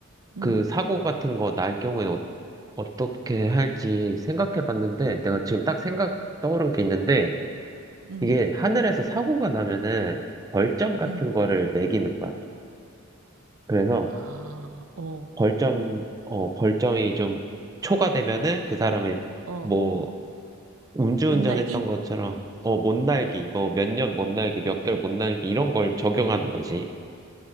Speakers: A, on the right (about 80°); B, on the right (about 15°).
A: 음,
B: 그 사고 같은 거 날 경우에 어, 어떻게 할지 생각해 봤는데 내가 지금 딱 생각 떠오른 게 있는데
A: 음,
B: 이게 하늘에서 사고가 나면은 벌점 같은
A: 음.
B: 거를 매기는 거야. 그래서
A: 아, 어,
B: 벌점 어 벌점이 좀 초과되면은 그 사람이
A: 어,
B: 뭐 음주운전했던
A: 못 날기?
B: 것처럼 어 못 날기 뭐 몇 년 못 날기 몇 개월 못 날기 이런 걸 적용하는 거지.